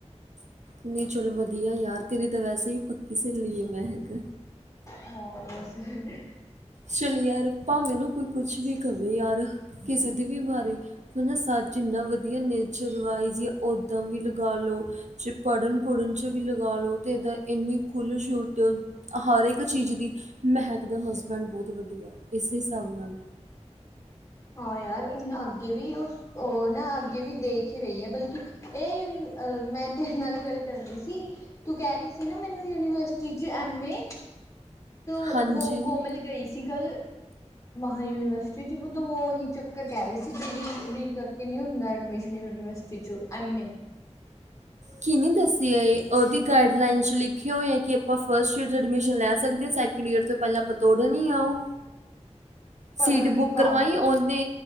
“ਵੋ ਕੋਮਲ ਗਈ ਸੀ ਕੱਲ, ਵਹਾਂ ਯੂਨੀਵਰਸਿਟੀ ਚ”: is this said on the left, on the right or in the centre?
Left